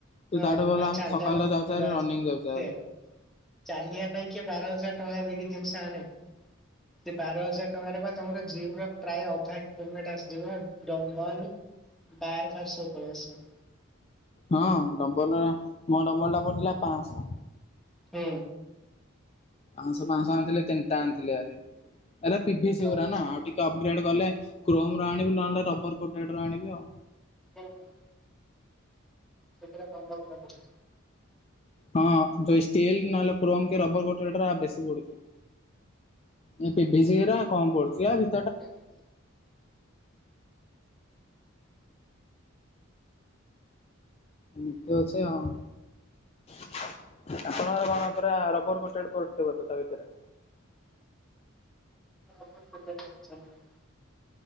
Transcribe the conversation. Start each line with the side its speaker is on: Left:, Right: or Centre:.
Centre: ହଁ
Left: ତୁ ତାଠୁ ତ ଭଲ
Centre: ଆଉ
Left: ଆମେ
Centre: ଚାଲିବା
Left: ସକାଳୁ ତ ଯାଉଛ ଆରି
Centre: ବାସ୍
Left: ରନିଂ ଯାଉଚ
Centre: ସେୟା
Left: ହାରି
Centre: ଚାଲିବା ପାଇଁ କିଏ ବାର ହଜାର ଟଙ୍କା ଦେଇକି ଜିନିଷ ଆଣେ? ସେ ବାର ହଜାର୍- ତମର ବା ତମର ଜିମ୍ ର ପ୍ରାୟ ଅଧା <unintelligible> ଆସିିଯିବ ଡମ୍ବଲ୍- ବାର ଫାର ସବୁ ପଳେଇ ଆସିବ।
Left: ହଁ ଡମ୍ବଲ ମୋ ଡମ୍ବଲ ଟା ପଡିଥିଲା ପାଆଁଶ।
Centre: ହୁଁ।
Left: ପାଁଶହ ପାଁଶହ ଆଣିଥିଲେ ତିନିଟା ଆଣିଥିଲେ ଆରେ ଏରା ପିଭିିସିଗୁରା
Centre: ହୁଁ
Left: ନା ଆଉ ଟିକ୍ ଟିକେ ଅପଗ୍ରେଡ ଗଲେ କ୍ରୋମର ଆଣିବି ନହେଲେ ରବର କୋଟେଡ୍ ର ଆଣିବି ଆଉ।
Centre: ଉଁ ହୁଁ। ସେଥିରେ ଭଲଗୁରା ପକେଇଛି।
Left: ହଁ ଯୋଉ ଷ୍ଟିଲ୍ ନହେଲେ କ୍ରୋମ କି ରବର କୋଟେଡ ଗୁରା ବେଶୀ ବଡୁଛି। ଏ ପିଭିସି ଗୁଡା କମ ପଡୁଛି ୟା ଭି
Centre: ??????????
Left: ଏମତି ଅଛି ଆଉ। ଆପଣଙ୍କର କଣ ପୁରା ରବର କୋଟେଡ ପଡିଥିବ ତ ତା ଭିତରେ
Centre: <unintelligible>